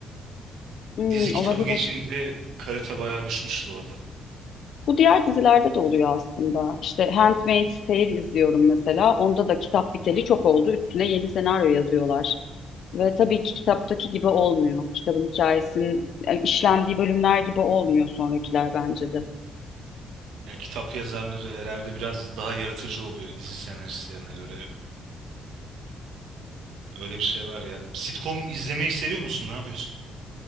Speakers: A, on the left (about 65°); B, on the right (about 85°).
A: Hmm,
B: Dizi kitabı
A: olabilir.
B: geçince kalite bayağı düşmüştü orada.
A: Bu diğer dizilerde de oluyor aslında. İşte Handmaid's Tale izliyorum mesela. Onda da kitap biteli çok oldu. Üstüne yeni senaryo yazıyorlar. Ve tabii ki kitaptaki gibi olmuyor. Kitabın hikayesinin e, işlendiği bölümler gibi olmuyor sonrakiler bence de.
B: Ya kitap yazarları herhalde biraz daha yaratıcı oluyor dizi senaristlerine göre. Öyle bir şey var ya. Sitcom izlemeyi seviyor musun? Ne yapıyorsun?